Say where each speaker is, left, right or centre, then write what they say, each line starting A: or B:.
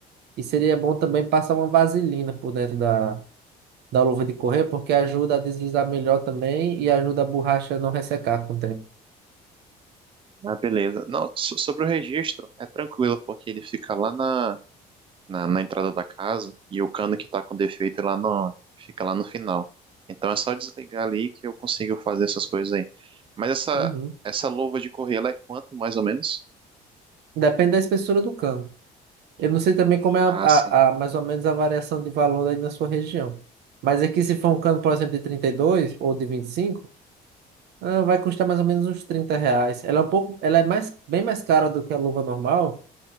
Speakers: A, on the right; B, on the right.
A: e seria bom também passar uma vaselina por dentro da Da luva de correr, porque ajuda a deslizar melhor também e ajuda a borracha a não ressecar com o tempo.
B: Ah, beleza. Não, so- sobre o registro, é tranquilo, porque ele fica lá na na, na entrada da casa e o cano que tá com defeito lá não fica lá no final. Então é só desligar ali que eu consigo fazer essas coisas aí. Mas essa
A: Uhum.
B: essa luva de correr, ela é quanto mais ou menos?
A: Depende da espessura do cano. Eu não sei também como é a,
B: Ah,
A: a-
B: sim.
A: a- mais ou menos a variação de valor aí na sua região. Mas aqui, se for um cano, por exemplo, de 32 ou de 25, ah, vai custar mais ou menos uns 30 reais. Ela é um pouco, ela é mais, bem mais cara do que a luva normal,